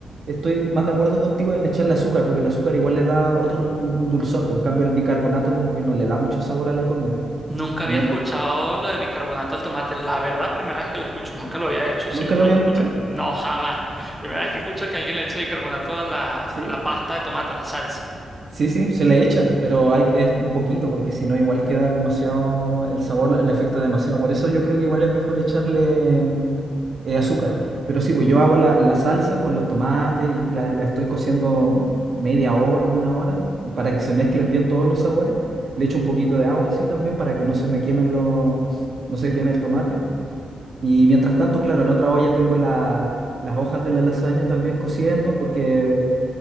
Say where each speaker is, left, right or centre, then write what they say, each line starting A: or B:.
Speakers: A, on the right; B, in the centre.
A: estoy más de acuerdo contigo en echarle azúcar, porque el azúcar igual le da otro, un, un dulzor, por en cambio el bicarbonato como que no le da mucho sabor a la comida.
B: Nunca
A: En-
B: había escuchado
A: eh,
B: lo de bicarbonato al tomate. La verdad, primera vez que lo escucho. Nunca lo había hecho,
A: ¿Nunca
B: siendo
A: lo había
B: totalmente...
A: escuchado?
B: No, jamás. Primera vez que escucho que alguien le eche bicarbonato a la, a
A: Sí.
B: la pasta de tomate, a la salsa.
A: Sí, sí, se le echa, pero hay, es un poquito, porque si no, igual queda demasiado, el sabor la- le afecta demasiado. Por eso yo creo que igual es mejor echarle eh, azúcar. Pero sí, pues yo hago la, la salsa con los tomates y la, la estoy cociendo media hora, una hora, para que se mezclen bien todos los sabores. Le echo un poquito de agua así también para que no se me quemen los, no se queme el tomate. Y mientras tanto, claro, en otra olla tengo la- las hojas de la lasaña también cociendo, porque